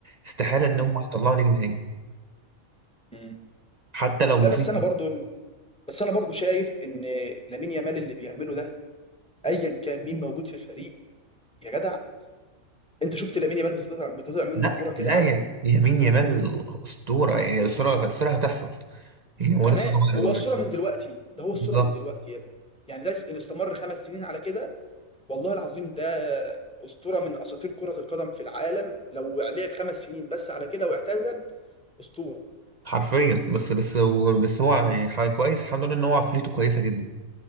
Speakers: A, on the right (about 40°); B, in the centre.
A: استحالة
B: مم.
A: إن هم هيطلعوا نجم تاني
B: مم.
A: حتى لو مفيد
B: لا بس انا برضو بس انا برضو شايف ان لامين يامال اللي بيعمله ده ايا كان مين موجود في الفريق يا جدع انت شفت لامين يامال بتطلع بتطلع منه
A: لا
B: الكرة كده
A: لا
B: عادي
A: يا يمين يامال أسطورة يعني أسطورة أسطورة هتحصل يعني
B: وكمان
A: هو لسه صغير
B: هو
A: دلوقتي
B: الصورة من دلوقتي ده هو
A: بالظبط
B: الصورة من دلوقتي يا ابني يعني ده اللي استمر خمس سنين على كده والله العظيم ده اسطورة من اساطير كرة القدم في العالم لو لعب خمس سنين بس على كده واعتزل اسطورة
A: حرفيا بس بس هو بس هو يعني حاجة كويس الحمد لله ان هو عقليته كويسه جدا